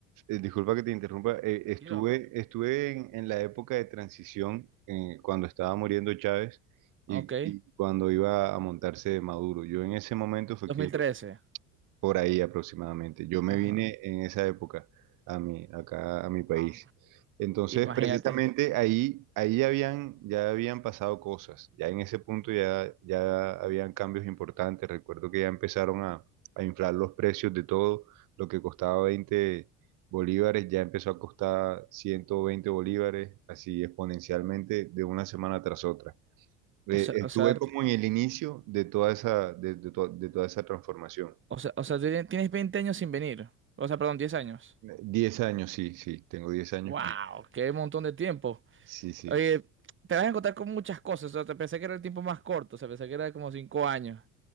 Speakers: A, on the right; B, on the right.
A: eh, disculpa que te interrumpa, eh,
B: Tranquilo.
A: estuve, estuve en, en la época de transición, eh, cuando estaba muriendo Chávez y,
B: Ok.
A: y cuando iba a montarse Maduro. Yo en ese momento fue
B: dos
A: que
B: mil
A: yo
B: trece
A: por ahí aproximadamente. Yo me
B: Ajá.
A: vine en esa época a mi, acá a mi país.
B: Ah,
A: Entonces,
B: Imagínate.
A: precisamente ahí, ahí habían, ya habían pasado cosas. Ya en ese punto ya, ya habían cambios importantes. Recuerdo que ya empezaron a, a inflar los precios de todo. Lo que costaba veinte bolívares ya empezó a costar 120 bolívares, así exponencialmente de una semana tras otra. Eh,
B: O sea,
A: estuve
B: o sea,
A: como
B: t-
A: en el inicio de toda esa, de de to- de toda esa transformación.
B: o sea, o sea, tiene- tienes veinte años sin venir. O sea, perdón, 10 años.
A: Eh, Diez años, sí, sí, tengo diez años
B: Wow,
A: que...
B: qué montón de tiempo.
A: Sí, sí,
B: Oye, te vas a encontrar con muchas cosas. O sea, te pensé que era el tiempo más corto. O sea, pensé que era como 5 años.